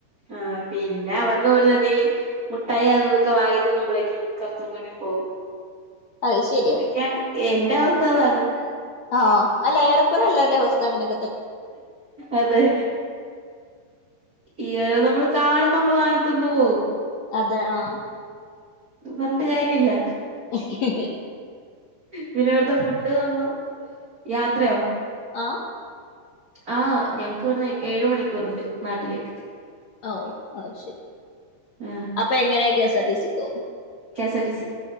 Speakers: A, on the right; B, on the left.
A: ആഹ പിന്നെ അവിടുന്ന് വരുന്ന എന്തെേല് മുട്ടായി അത് ഇതൊക്കെ വാഗത്തൊന്നും വിളാക്കി കറച്ചൻകടിയും പോവും
B: അത് ശരിയാ
A: അതൊക്കെയാണ് എന്റെ അവസ്ഥ അതാണ്
B: ആഹ് അല്ല യറക്കൂറ എല്ലാ ദദേവസ്ഥഗന
A: അതെ ഈരോ നമ്മൾ കാണുമ്പോ നമ്മള് വാങ്ങിത്തന്ന് പോകവും
B: അതെ ആഹ
A: പറഞ്ഞണ്ട് കാര്യം ഇില്ല
B: ഓക്കെ
A: പിന്നെ ഇവിടുത്തെ ഫുഡ് നോ യാത്രയോ
B: ആഹ
A: ആ ഞങ്ങക്ക് വരുന്ന ഏഴു മണിക്കൂർണ്ട് നാട്ടിലേക്ക്
B: ഓ ശരി
A: ആഹ്
B: അപ്പൊ എങ്ങനെയക്കെ എസ് ആർടി സിക്കോ
A: കേസ ഡ സ